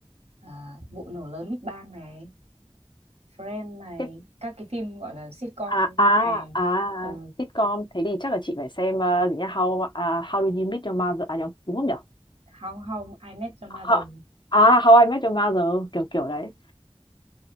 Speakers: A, on the right (about 85°); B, on the left (about 45°).
A: à, vụ nổ lớn Big Bang này Friends này
B: Thế-
A: các cái phim gọi là sitcom
B: à à
A: hài
B: à
A: ừ
B: sitcom thế thì chắc là chị phải xem ờ, gì nhá how uh, how do you meet your mother à nhầm đúng không nhở
A: Hồng Hồng I Met Your Mother
B: Ho- à how I met your mother kiểu kiểu đấy